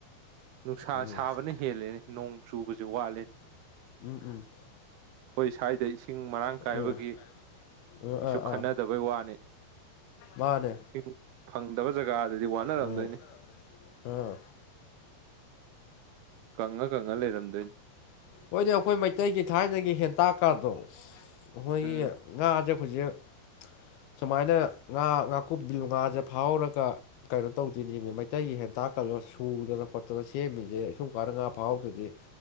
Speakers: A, on the right; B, on the left.
A: ꯅꯨꯡꯁꯥ
B: ꯎꯝ
A: ꯁꯥꯕꯅ ꯍꯦꯜꯂꯦ ꯅꯣꯡ ꯆꯨꯕꯁꯦ ꯋꯥꯠꯂꯦꯅꯤ
B: ꯎꯝ ꯎꯝ
A: ꯑꯩꯈꯣꯏ ꯁ꯭ꯋꯥꯏꯗ ꯏꯁꯤꯡ ꯃꯔꯥꯡ ꯀꯥꯏꯕꯒꯤ
B: ꯎꯝ ꯎꯝ
A: ꯀꯩꯁꯨ
B: ꯑꯥ
A: ꯈꯟꯅꯗꯕꯩ
B: ꯑꯥ
A: ꯋꯥꯅꯤ
B: ꯃꯥꯅꯦ
A: ꯏꯁꯤꯡ ꯐꯪꯗꯕ ꯖꯒꯥꯗꯗꯤ ꯋꯥꯅꯔꯝꯗꯣꯏꯅꯤ
B: ꯎꯝ ꯑꯥ
A: ꯀꯪꯉ ꯀꯪꯉ ꯂꯩꯔꯝꯗꯣꯏꯅꯤ
B: ꯍꯣꯏꯅꯦ ꯑꯩꯈꯣꯏ ꯃꯩꯇꯩꯒꯤ ꯊꯥꯏꯅꯒꯤ ꯍꯦꯟꯇꯥꯛꯀꯗꯣ ꯑꯩꯈꯣꯏꯒꯤ
A: ꯎꯝ
B: ꯉꯥꯁꯦ ꯍꯧꯖꯦꯛ ꯁꯨꯃꯥꯏꯅ ꯉꯥ ꯉꯥꯀꯨꯞ ꯕꯤꯂꯨ ꯉꯥꯁꯦ ꯐꯥꯎꯔꯒ ꯀꯩꯅꯣ ꯇꯧꯗꯣꯏꯅꯦꯃꯤ ꯃꯩꯇꯩꯒꯤ ꯍꯦꯟ ꯇꯥꯛꯀꯜꯂꯒ ꯁꯨꯗꯅ ꯈꯣꯠꯇꯅ ꯁꯦꯝꯃꯤꯁꯦ ꯁꯨꯝ ꯀꯥꯟꯅ ꯉꯥ ꯐꯥꯎꯗ꯭ꯔꯗꯤ